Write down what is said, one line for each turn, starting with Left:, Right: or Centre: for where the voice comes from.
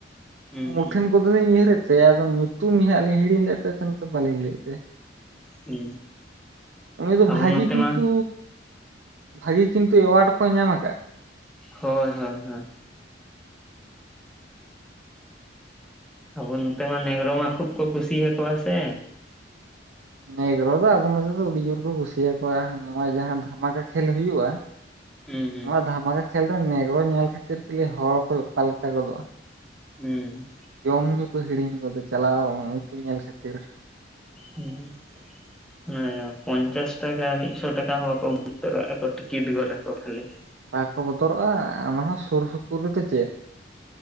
Centre: ᱦᱩᱸ
Right: ᱢᱩᱴᱷᱟᱹᱱ
Centre: ᱦᱩᱸ
Right: ᱠᱚᱼᱼ ᱵᱟᱹᱧ ᱩᱭᱦᱟᱹᱨᱮᱫ ᱛᱟᱭ ᱟᱫᱚ ᱧᱩᱛᱩᱢ ᱜᱮ ᱦᱟᱜᱞᱤᱧ ᱦᱤᱲᱤᱧ ᱞᱮᱫ ᱛᱟᱭᱛᱮ ᱚᱱᱟᱤᱮ ᱵᱟᱹᱞᱤᱧ ᱞᱟᱹᱭᱮᱫ ᱛᱟᱭᱟᱼᱼ
Centre: ᱦᱩᱸ
Right: ᱩᱱᱤ ᱫᱚ
Centre: ᱟᱵᱚ
Right: ᱵᱷᱟᱜᱤ
Centre: ᱱᱚᱛᱮ
Right: ᱠᱤᱱᱛᱩᱼᱼ
Centre: ᱢᱟ
Right: ᱵᱷᱟᱜᱤ ᱠᱤᱱᱛᱩ ᱮᱣᱟᱨᱰ ᱠᱚᱭ ᱧᱟᱢ ᱠᱟᱜᱼᱟ᱾
Centre: ᱦᱳᱭ ᱦᱳᱭ ᱦᱳᱭ᱾ ᱟᱵᱚ ᱱᱚᱛᱮ ᱢᱟ ᱱᱜᱽᱨᱚ ᱢᱟ ᱠᱷᱩᱵ ᱠᱚ ᱠᱩᱥᱤᱭᱟᱠᱚᱣᱟ ᱥᱮᱼᱼ
Right: ᱱᱮᱜᱽᱨᱚ ᱫᱚ ᱟᱵᱚ ᱱᱚᱛᱮ ᱫᱚ ᱟᱹᱰᱤ ᱡᱳᱨ ᱠᱚ ᱠᱩᱥᱤᱭᱟᱠᱚᱣᱟ ᱱᱚᱣᱟ ᱡᱟᱦᱟᱸ ᱫᱷᱟᱢᱟᱠᱟ ᱠᱷᱮᱞ ᱦᱩᱭᱩᱜᱼᱟ᱾
Centre: ᱦᱩᱸ
Right: ᱱᱚᱣᱟ ᱫᱷᱟᱢᱟᱠᱟ ᱠᱷᱮᱞ ᱨᱮ ᱱᱮᱜᱽᱨᱚ ᱧᱮᱞ ᱠᱷᱟᱛᱤᱨ ᱠᱷᱟᱞᱤ ᱦᱚᱲ ᱠᱚ ᱚᱠᱟᱞᱮᱠᱟ ᱜᱚᱫᱚᱜᱼᱟ᱾
Centre: ᱦᱩᱸ᱾
Right: ᱡᱚᱢᱧᱩ ᱠᱚ ᱦᱤᱲᱤᱧ ᱜᱚᱫᱚ ᱪᱟᱞᱟᱣ ᱩᱱᱠᱩ ᱧᱮᱞ ᱠᱷᱟᱹᱛᱤᱨᱼᱼ
Centre: ᱦᱩᱸ᱾ ᱦᱩᱸ ᱯᱚᱧᱪᱟᱥ ᱴᱟᱠᱟ ᱢᱤᱫᱥᱚ ᱴᱟᱠᱟ ᱦᱚ <unintelligible> ᱴᱤᱠᱤᱴ ᱜᱚᱫ ᱟᱠᱚ ᱠᱷᱟᱹᱞᱤ ᱾
Right: ᱠᱟᱠᱚ ᱵᱚᱛᱚᱨᱚᱜᱼᱟ ᱚᱱᱟ ᱦᱚᱸ ᱥᱩᱨ ᱥᱩᱯᱩᱨ ᱨᱮᱫᱚ ᱪᱮᱫ!